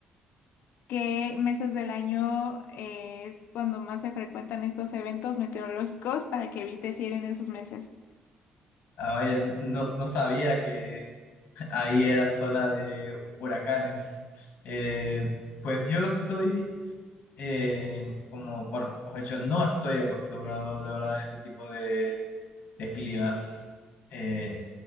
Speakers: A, on the left; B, on the left.
A: ¿Qué meses del año eh, es cuando más se frecuentan estos eventos meteorológicos para que evites ir en esos meses?
B: Ah, vaya, no, no sabía que Ahí era zona de huracanes. Eh, pues yo estoy, eh, como, bueno, mejor dicho, no estoy acostumbrado, la verdad, a ese tipo de, de climas. Eh,